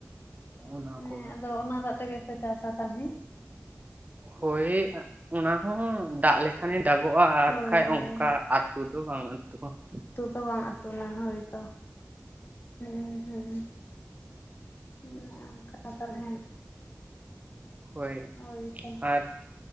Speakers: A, on the right (about 30°); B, on the left (about 40°).
A: ᱚᱱᱟ
B: ᱦᱮᱸ
A: ᱠᱚᱜᱮ
B: ᱟᱫᱚ
A: ᱾
B: ᱚᱱᱟ ᱫᱟᱜ ᱛᱮᱜᱮ ᱯᱮ ᱪᱟᱥᱟ ᱛᱟᱞᱦᱮ?
A: ᱦᱳᱭ ᱚᱱᱟ ᱦᱚᱸ ᱫᱟᱜ ᱞᱮ ᱠᱷᱟᱱᱮ ᱫᱟᱜᱚᱜᱼᱟ ᱟᱨᱠᱷᱟᱡ
B: ᱦᱳᱭ ᱦᱳᱭ
A: ᱚᱝᱠᱟ ᱟᱛᱩ ᱫᱚ ᱵᱟᱝ ᱟᱹᱛᱩᱜᱼᱟ ᱾
B: ᱛᱚ ᱵᱟᱝ ᱟᱛᱩᱱᱟ ᱦᱳᱭ ᱛᱚ ᱦᱩᱸ ᱦᱩᱸ ᱾ ᱚᱱᱮ ᱚᱝᱠᱟ ᱛᱟᱞᱦᱮ
A: ᱦᱳᱭ,
B: ᱦᱳᱭᱛᱚ
A: ᱟᱨ